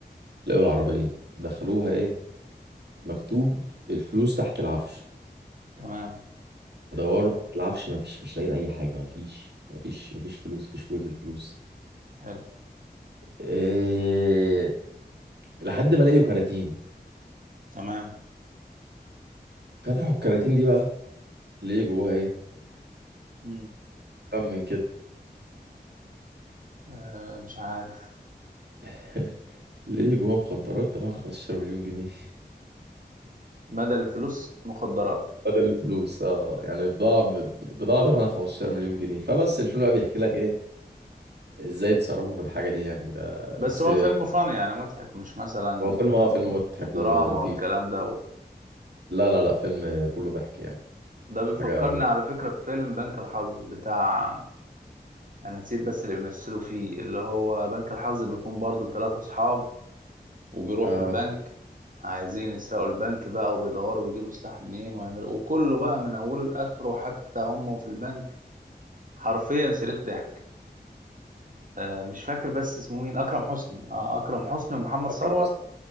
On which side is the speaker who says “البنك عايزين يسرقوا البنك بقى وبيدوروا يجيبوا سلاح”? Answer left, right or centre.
Right